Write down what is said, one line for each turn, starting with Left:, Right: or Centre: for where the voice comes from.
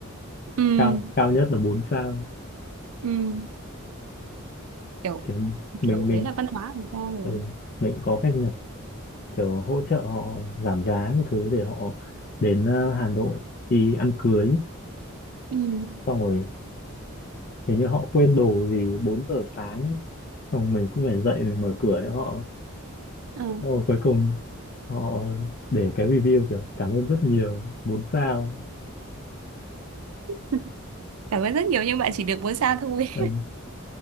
Right: Ừm,
Left: cao cao nhất là bốn sao
Right: ừm, kiểu
Left: kiểu mình
Right: kiểu
Left: mình
Right: đấy là văn hóa của người ta rồi
Left: ừ. mình có khách kiểu hỗ trợ họ giảm giá các thứ để họ đến ờ, Hà Nội đi ăn cưới
Right: Ừm,
Left: xong rồi hình như họ quên đồ gì 4 giờ sáng ấy. xong mình cũng phải dậy mình mở cửa cho họ
Right: ờ.
Left: xong rồi cuối cùng họ để cái review kiểu cảm ơn rất nhiều bốn sao
Right: <laughs> cảm ơn rất nhiều nhưng bạn chỉ được bốn sao thôi
Left: ừ,